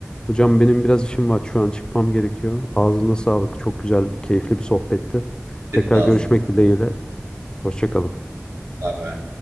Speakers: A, on the left (about 20°); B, on the right (about 70°).
A: Hocam benim biraz işim var. Şu an çıkmam gerekiyor. Ağzına sağlık. Çok güzel, keyifli bir sohbetti. Tekrar
B: Senin de ağzına.
A: görüşmek dileğiyle. Hoşça kalın.
B: Bay bay.